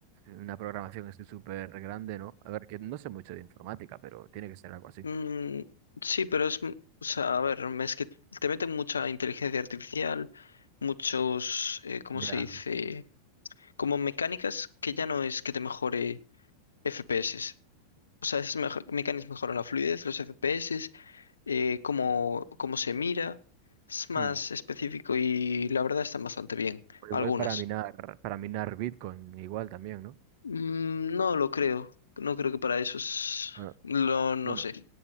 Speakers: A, on the right; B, on the left.
A: una programación así súper grande, ¿no? A ver, que no sé mucho de informática, pero tiene que ser algo así.
B: Mm, sí, pero es, m- o sea, a ver, es que te meten mucha inteligencia artificial, muchos, eh, ¿cómo
A: Ya.
B: se dice? Como mecánicas que ya no es que te mejore FPS. O sea, esas mejo- mecánicas mejoran la fluidez, los FPS, eh, cómo, cómo se mira. Es más
A: Hmm.
B: específico y la verdad están bastante bien.
A: O
B: Algunas.
A: igual para minar, para minar Bitcoin, igual también, ¿no?
B: Mm, no lo creo. No creo que para eso es...
A: Bueno,
B: Lo, no
A: bueno,
B: sé.